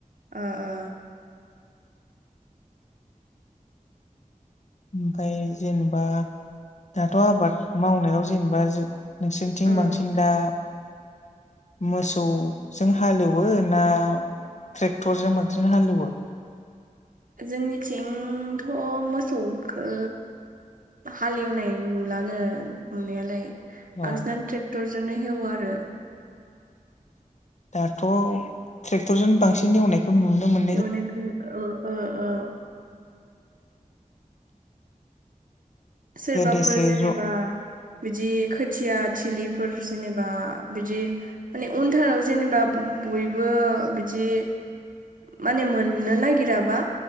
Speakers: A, on the right (about 75°); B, on the left (about 55°).
A: ओ ओ
B: ओमफ्राय जेनेबा दाथ' आबाद मावनायाव जेनेबा जों नोंसोरनिथिं
A: उम
B: बांसिन दा मोसौजों हालेवो ना ट्रेक्टरजों बांसिन हालेवो
A: जोंनिथिंथ' मोसौखौ हालेवनाय नुलानो नुनायालाय बांसिनानो
B: औ
A: ट्रेक्टरजोंनो हेवो आरो
B: दाथ' ट्रेक्टरजों बांसिन एवनायखौ नुनो मोनो
A: एवनाय खौ ओ औ सोरबाफोर
B: गोदोसो
A: जेनेबा
B: ज'
A: बिदि खोथिया थिलिफोर जेनेबा बिदि माने उनथाराव जेनेबा बयबो बिदि माने मोननो नागिराबा